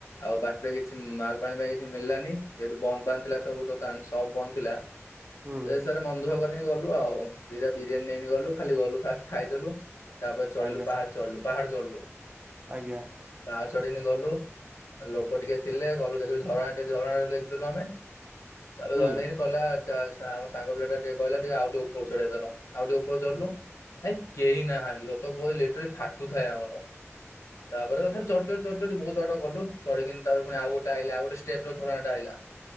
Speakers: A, on the left; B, on the right.
A: ଆଉ ବାଟେରେ କିଛି ମାଲ୍ ପାଣି ପାଇଁ କିଛି ମିଳିଲାନି ଯେହେତୁ ବନ୍ଦ ବାନ୍ଦ ଥିଲା ସବୁ ଦୋକାନ ସବ ବନ୍ଦ ଥିଲା,
B: ହୁଁ
A: ସେଇ ହିସାବରେ ମନଦୁଃଖ କରିକି ଗଲୁ ଆଉ ଦିଇଟା ବିରିୟାନୀ ନେଇକି ଗଲୁ ଖାଲି ଗଲୁ ଫାଷ୍ଟ ଖାଇଦେଲୁ। ତାପରେ ଚଢିଲୁ
B: ଆଜ୍ଞା
A: ପାହାଡ଼ ଚଢିଲୁ ପାହାଡ଼ ଚଢିଲୁ।
B: ଆଜ୍ଞା।
A: ପାହାଚ ଚଢିକିଣି ଗଲୁ ଲୋକ ଟିକେ ଥିଲେ ଗଲୁ ଦେଖିଲୁ ଝରଣା ଟିକେ ଝରଣା ଦେଖିଦେଲୁ ଆମେ ତାପରେ
B: ହୁଁ
A: ଝରଣା ଦେଖିଲୁ କହିଲା ଚାଲସାଙ୍ଗ ପିଲା ଟିକେ କହିଲା ଟିକେ ଆଉ ଟିକେ ଉପକୁ ଚଢ଼ିବା ଚାଲ ଆଉ ଟିକେ ଉପରକୁ ଚଢିଲୁ
B: ହୁଁ
A: ଭାଇ କେହି ନାହାନ୍ତି ସତ କହୁଚି ଲେଟରେ ଫାଟୁଥାଏ ଆମର। ତାପରେ ତଥାପି ଚଢି- ଚଢି- ଚଢି - ବହୁତ୍ ବାଟକୁ ଗଲୁ ଚଢିକିନି ତାପରେ ଆଉ ଗୋଟ ଆଇିଲା ଆଉ ଗୋଟେ ଷ୍ଟେପରେ <unintelligible> ଆଇଲା